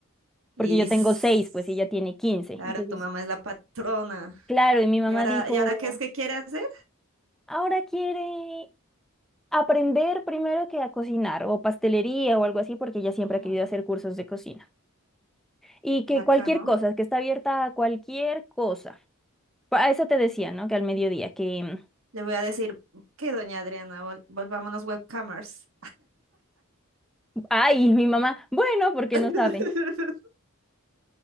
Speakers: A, on the right; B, in the centre.
A: Y
B: porque yo
A: s-
B: tengo 6, pues y ella tiene 15.
A: ahora
B: Entonces,
A: tu mamá es la patrona.
B: claro, y mi mamá
A: ¿Y ahora,
B: dijo,
A: y ahora qué es que quiere hacer?
B: ahora quiere aprender primero que a cocinar o pastelería o algo así, porque ella siempre
A: Mm,
B: ha querido hacer cursos de cocina. Y que
A: bacano.
B: cualquier cosa, que está abierta a cualquier cosa. Pa- A eso te decía, ¿no? Que al mediodía, que... mm,
A: Le voy a decir que doña Adriana, vol- volvámonos webcamers.
B: Ay, mi mamá, bueno, porque
A: <laughs>
B: no sabe.